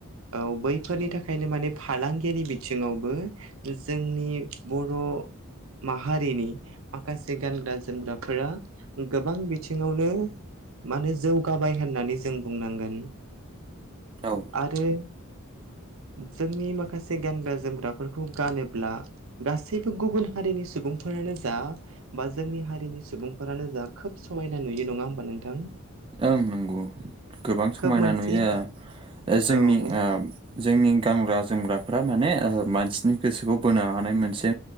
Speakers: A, on the right; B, on the right.
A: औ बैफोरनि थाखायनो माने फालांगियारि बिथिङावबो जोंनि बर' माहारिनि माखासे गानग्रा जोमग्राफोरा। गोबां बिथिङावनो माने जौगाबाय होननानै जों बुंनांगोन
B: औ
A: आरो जोंनि माखासे गानग्रा जोमग्राफोरखौ गानोब्ला। गासैबो गुबुन हारिनि सुबुंफोरानो जा बा जोंनि हारिनि सुबुंफोरानो जा खोब समायना नुयो नङा होमबा नोंथां।
B: ओं नंगौ गोबां समायना
A: खोब मोनसे
B: नुयो ओ जोंनि
A: औ
B: ओ जोंनि गानग्रा जोमग्राफोरा माने मानसिनि गोसोखौ बोनो हानाय मोनसे